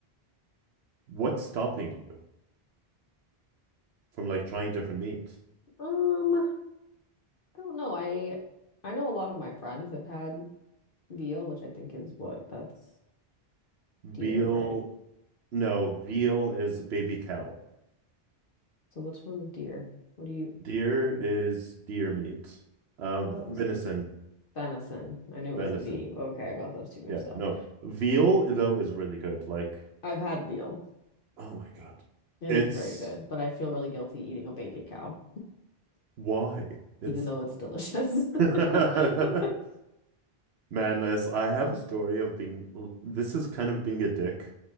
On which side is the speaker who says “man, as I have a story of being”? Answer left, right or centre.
Right